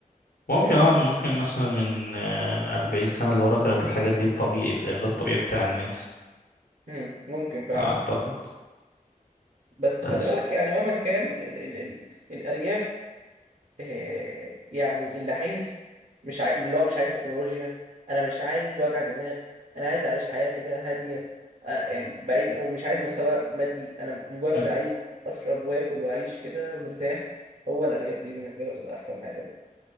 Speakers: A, on the left (about 80°); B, on the right (about 60°).
A: ممكن
B: فاهم
A: اه ممكن مثلا من آه، أربعين سنة لورا كانت الحاجات دي الطبيعي فاهم ده الطبيعي بتاع الناس
B: مم. ممكن فعلا
A: أعتقد
B: بس
A: بس
B: خلي بالك يعني مهما كان ال ال ال الأرياف آه، يعني اللي عايز مش عاي... اللي هو مش عايز تكنولوجيا انا مش عايز وجع دماغ انا عايز اعيش حياة كده هادية آه، يعني بعيدا ومش عايز مستوى مادي انا مجرد
A: أمم،
B: عايز اشرب واكل واعيش كده مرتاح هو الارياف دي بالنسبة له تبقى احسن حاجة ممكن